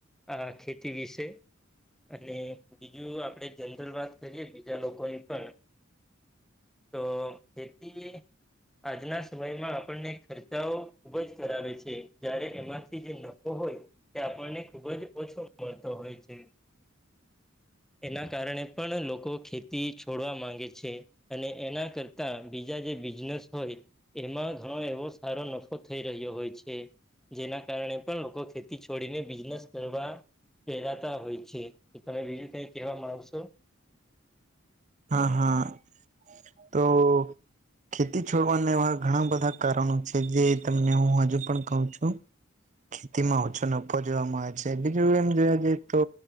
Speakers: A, in the centre; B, on the right (about 40°).
A: આ ખેતી વિશે. અને બીજું આપડે જનરલ વાત કરીએ બીજા લોકોની પણ, તો ખેતી આજના સમયમાં આપણને ખર્ચાઓ. ઉપજ કરાવે છે, જય્યારે એમાંથી જે નફો હોય. તે આપણને ખુબ જ ઓછો મળતો હોય છે, એના કારણે પણ લોકો ખેતી છોડવા માંગે છે. જેએના કરતા બીજા જે બિઝનેસ હોય, એમાં ઘણો એવો સારો નફો થઈ રહ્યો હોય છે, જેના કારણે પણ લોકો ખેતી છોડીને બિઝનેસ કરવા. પહેરાતા હોય છે, તો તમે બીજું કઈ કહે માં આવશો.
B: આ હા તો.. ખેતી છોડવાના એવા ઘણા બધા કારણો છે, જે તમને હું હજુ પણ કહું છું ખેતીમાં ઓછો નફો જોવા મળ આવે છે બીજું એમ જોયા જઈએ તો